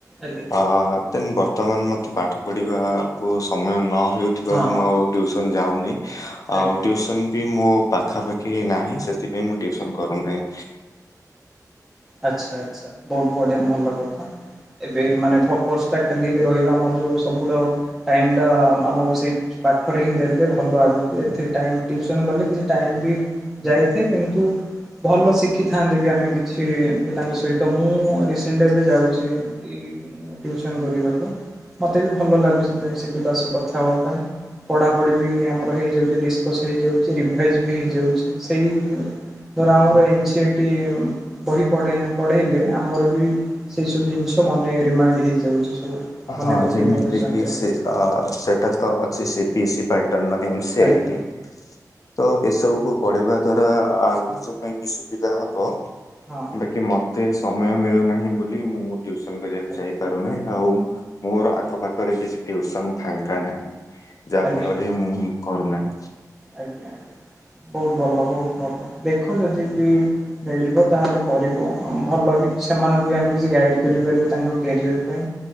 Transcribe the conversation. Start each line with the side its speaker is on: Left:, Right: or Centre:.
Centre: ଆଜ୍ଞା।
Left: ଅ ଦେନ୍ ବର୍ତ୍ତମାନ ମୋତେ ପାଠ ପଢ଼ିବାକୁ ସମୟ ନ ହେଉଥିବାରୁ
Centre: ହଁ
Left: ମୁଁ ଆଉ ଟ୍ଯୁସନ୍ ଯାଉନି,
Centre: ଆଜ୍ଞା।
Left: ଆଉ ଟ୍ଯୁସନ୍ ବି ମୋ ପାଖାପାଖି ନାହିଁ ସେଥିପାଇଁ ମୁଁ ଟ୍ଯୁସନ କରୁନେଇ।
Centre: ଆଚ୍ଛା ଆଛା, ବହୁତ ବଢିଆ ଭଲ କଥା। ଏବେ ମାନେ ଫୋକସ ଟା ଖାଲି ରହିବ ଆମର ଯୋଉ ସବୁଠାରୁ ଟାଇମ ଟା ଆମ ସେଇ ପାଠରେ ହିଁ ଦେଲେ ଭଲ ଆଗକୁ ଏଥିରେ ଟାଇମ ଟ୍ୟୁସନ୍ କଲେ କିଛି ଟାଇମ ବି ଯାଇଥାଏ କିନ୍ତୁ ଭଲ ଶିଖିଥାନ୍ତି ବି ଆମେ କିଛି। ପିଲାଙ୍କ ସହିତ ମୁଁ ରିସେଣ୍ଟ ଏବେ ଯାଉଛି ଇ ଟ୍ଯୁସନ କରିବାକୁ ମତେ ବି ଭଲ ଲାଗୁଛି ସେ ପିଲା ସହ କଥା ହେବା ପାଇଁ। ପଢ଼ାପଢ଼ି ବି ଆମର ହେଇଯାଉଛି ଡିସକସ୍ ହେଇଯାଉଛି ରିଭାଇଜ୍ ବି ହେଇଯାଉଛି, ସେଇ ଧର ଆମର ଏନ୍ ସିଟି ବହି ପଢ଼େଇ ପଢ଼େଇଲେ ଆମର ବି ସେଇ ସବୁ ଜିନିଷ ମନେ ରିମାଇଣ୍ଡ ହେଇଯାଉଛି ସବୁ। ମନେ
Left: ହଁ
Centre: ପକେଇ
Left: ଯେମିତିକିି
Centre: ପାରୁଛନ୍ତି ଆମେ
Left: ସେ ସେଟା ତ ଅଛି ସିପି ଏସି ପେଟଲ ଏନ୍‌ସିଆଇଟି
Centre: ଆଜ୍ଞା
Left: ତ ଏସବୁକୁ ପଢେଇବା ଦ୍ଵାରା ନିଜ
Centre: ହଁ
Left: ପାଇଁ ବି ସୁବିଧା ହବ
Centre: ହଁ
Left: ବାକି ମତେ ସମୟ ମିଳୁନାହିଁ ବୋଲି ମୁଁ ଟ୍ଯୁସନ କରିବାକୁ
Centre: ଆଜ୍ଞା।
Left: ଯାଇପାରୁନାହିଁ, ଆଉ ମୋର ଆଖପାଖରେ କିଛି ଟ୍ୟୁସନ ଫାଙ୍କା ନାହିଁ, ଯାହା
Centre: ଆଜ୍ଞା
Left: ଫଳରେ ମୁଁ କରୁନାହିଁ।
Centre: ଆଜ୍ଞା ଆଜ୍ଞା, ବହୁତ ଭଲ ବହୁତ ଭଲ ଦେଖ ଯଦି ବି ମିଳିବ ତାହେଲେ କରିବ, ଭଲ ବି ସେମାନଙ୍କୁ ବି ଆମେ କିଛି ଗାଇଡ଼୍ କରିପାରିବା ତାଙ୍କ କ୍ୟାରିଅର୍ ପାଇଁ